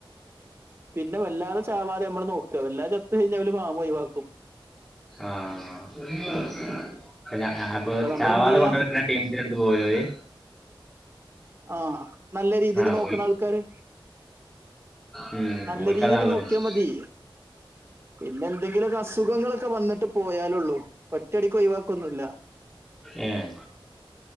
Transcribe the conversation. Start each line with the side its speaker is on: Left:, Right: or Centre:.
Right: പിന്നെ വല്ലാതെ ചാവാതെയമ്മള് നോക്കുക വല്ലാതെ ചത്ത് കഴിഞ്ഞാല് ഓല് ഫാമൊഴിവാക്കും
Centre: ആഹ് <unintelligible> അപ്പൊ
Right: നമ്മൾ
Centre: ചാവാതെ
Right: എന്ത് ചെയ്യാ
Centre: കൊണ്ടടക്കുന്ന ടീംസിൻ്റെ അടുത്ത് പോവുലേ ഓല്
Right: ആഹ് നല്ല രീതില്
Centre: ആ
Right: നോക്കണാൾക്കാര്
Centre: ഓൽ ഉം
Right: നല്ല
Centre: ഓൽക്കതാണല്ലോ
Right: രീതിയില് നോക്കിയാമതി
Centre: മെച്ചം
Right: പിന്നെ എന്തെങ്കിലൊക്കെ അസുഖങ്ങളൊക്കെ വന്നിട്ട് പോയാലുള്ളൂ ഒറ്റടിക്ക് ഒഴിവാക്കൊന്നുല്ല
Centre: ഏഹ്